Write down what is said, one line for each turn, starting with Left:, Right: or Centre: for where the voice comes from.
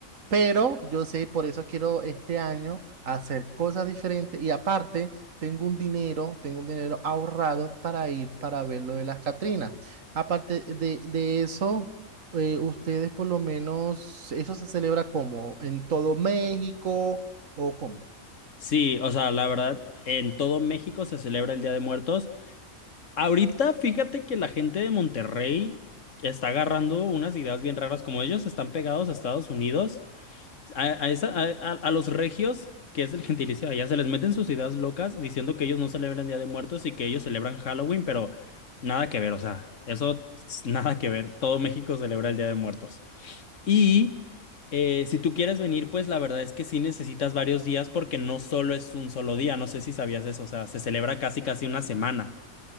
Right: Pero yo sé, por eso quiero este año hacer cosas diferentes y aparte tengo un dinero, tengo un dinero ahorrado para ir para ver lo de las Catrinas. Aparte de, de eso, eh, ustedes por lo menos, ¿eso se celebra como en todo México o cómo?
Left: Sí, o sea, la verdad, en todo México se celebra el Día de Muertos. Ahorita, fíjate que la gente de Monterrey está agarrando unas ideas bien raras, como ellos están pegados a Estados Unidos. a, a esa- a- a- a los regios, que es el gentilicio de allá, se les meten sus ideas locas diciendo que ellos no celebran Día de Muertos y que ellos celebran Halloween, pero nada que ver, o sea, eso s- nada que ver. Todo México celebra el Día de Muertos. Y eh, si tú quieres venir, pues la verdad es que sí necesitas varios días porque no solo es un solo día, no sé si sabías eso, o sea, se celebra casi casi una semana.